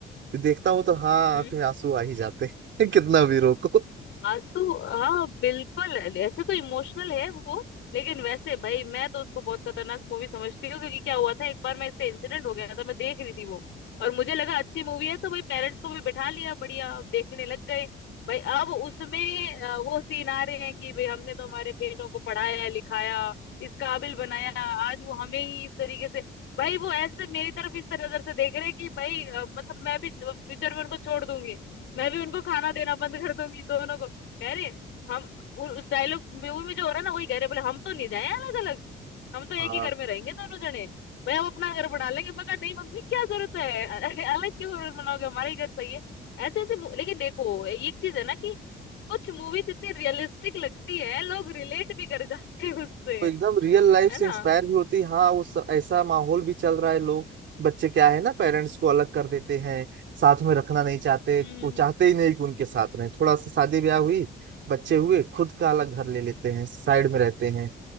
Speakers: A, on the right (about 65°); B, on the left (about 75°).
A: देखता हूँ तो हाँ
B: हम्म,
A: आंख में आंसू आ ही जाते हैं <laughs> कितना भी रोको
B: आंसू हाँ बिल्कुल ऐसे तो इमोशनल है वो लेकिन वैसे भाई मैं तो उसको बहुत खतरनाक मूवी समझती हूँ क्योंकि क्या हुआ था एक बार मैं इसका इंसिडेंट हो गया था मैं देख रही थी वो और मुझे लगा अच्छी मूवी है तो भाई पेरेंट्स को भी बिठा लिया बढ़िया अब देखने लग गए भाई अब उसमें अ, वो सीन आ रहे हैं कि भाई हमने तो हमारे बेटों को पढ़ाया लिखाया इस काबिल बनाया आज वो हमें ही इस तरीके से भाई वो ऐसे मेरी तरफ इस तरह नजर से देख रहे हैं कि भाई अ, मतलब मैं भी फ्यूचर में उनको छोड़ दूंगी मैं भी उनको खाना देना बंद कर दूंगी दोनों को कह रहे हम उ- उस डायलॉग मूवी में जो हो रहा है ना वही कह रहे बोले हम तो नहीं जाए अलग अलग हम तो
A: हाँ
B: एक ही घर में रहेंगे दोनों जने भाई हम अपना घर बना लेंगे मैं कहा नहीं मम्मी क्या जरूरत है अरे अलग क्यों घर बनाओगे हमारा ही घर सही है ऐसे ऐसे मु- लेकिन देखो एक चीज है ना कि कुछ मूवीज इतनी रियलिस्टिक लगती है लोग रिलेट भी कर जाते हैं उससे
A: तो एकदम रियल लाइफ
B: है
A: से इंस्पायर
B: ना
A: भी होती है हाँ उस ऐसा माहौल भी चल रहा है लोग बच्चे क्या है ना पेरेंट्स को अलग कर देते हैं साथ में रखना नहीं चाहते
B: हम्म
A: वो
B: हम्म,
A: चाहते ही नहीं कि उनके साथ रहें थोड़ा सा शादी ब्याह हुई बच्चे हुए खुद का अलग घर
B: हम्म।
A: ले लेते हैं साइड में रहते हैं